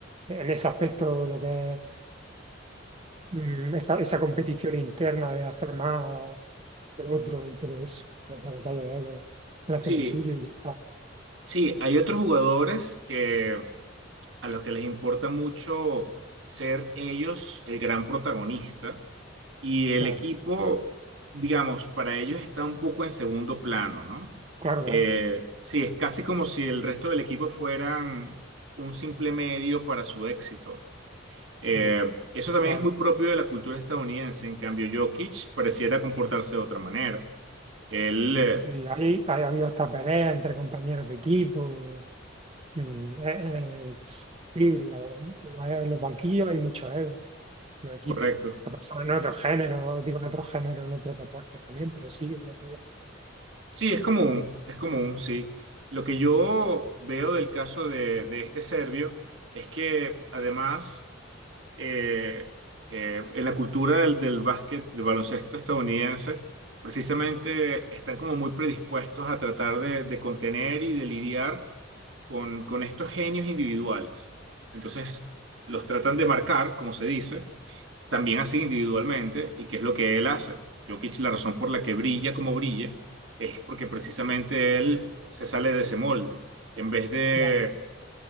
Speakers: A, on the right (about 30°); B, on the right (about 70°).
A: en ese aspecto lo que es. mm, esta- esa competición interna de hacer más que otro y todo eso, esa batalla de egos, él hace
B: Sí,
A: lo suyo y ya está,
B: sí, hay otros jugadores que a los que les importa mucho ser ellos el gran protagonista y el
A: claro,
B: equipo, digamos, para ellos está un poco en segundo plano, ¿no?
A: claro, claro,
B: Eh, sí, es casi como si el resto del equipo fueran un simple medio para su éxito. Eh,
A: sí,
B: eso
A: lo
B: también
A: cual,
B: es muy propio de la cultura estadounidense, en cambio Jokic pareciera comportarse de otra manera. Él, eh,
A: sí, ahí ha habido hasta peleas entre compañeros de equipo, mm, eh, eh, sí, lo- lo- en los banquillos hay mucho ego, en los equipos,
B: correcto.
A: ha pasado en otros géneros, digo en otros géneros, en otros deportes también, pero sí, en la que,
B: Sí, es común, es común, sí. Lo que yo veo del caso de, de este serbio es que además eh, eh, en la cultura del, del básquet, del baloncesto estadounidense, precisamente están como muy predispuestos a tratar de, de contener y de lidiar con, con estos genios individuales. Entonces, los tratan de marcar, como se dice, también así individualmente, y qué es lo que él hace. Jokic, la razón por la que brilla como brilla es porque precisamente él se sale de ese molde. En vez de,
A: claro.